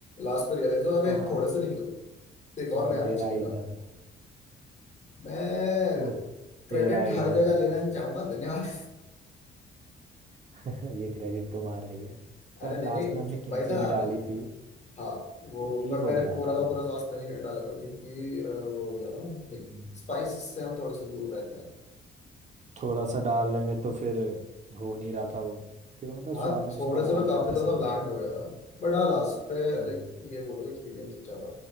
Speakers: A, on the left; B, on the right.
A: लास्ट पे रियलाइज हुआ अबे
B: हाँ
A: थोड़े से निकले तो एक
B: वो
A: और ले आना
B: तेरा
A: चाहिए
B: आइडिया
A: था
B: था
A: मैं
B: वो
A: क्रेडिट
B: तेरा आइडिया
A: हर जगह
B: था वो
A: लेना नहीं चाहूंगा धन्यवाद
B: <laughs> ये क्रेडिट तुम्हारा ही है
A: अरे
B: पर लास्ट
A: नहीं नहीं
B: में हमने किमची
A: भाई साहब
B: भी डाली थी
A: हाँ वो
B: तो ठीक
A: पर
B: हो
A: मैंने
B: गया
A: पूरा
B: था
A: का
B: वो
A: पूरा सॉस नहीं डाला था क्योंकि अ, वो हो गया था ना
B: हम्म,
A: स्पाइस से हम थोड़े से दूर रहते हैं
B: थोड़ा सा डालने में तो फिर हो नहीं रहा था वो फिर मतलब
A: हाँ
B: स्वाद अनुसार
A: थोड़े
B: डाल
A: से मैं काफी
B: लिया था
A: ज्यादा
B: सबने
A: ब्लैंड
B: अपने
A: हो गया था बट हाँ लास्ट पे
B: हम्म,
A: लाइक ये बोलो एक्सपीरियंस अच्छा था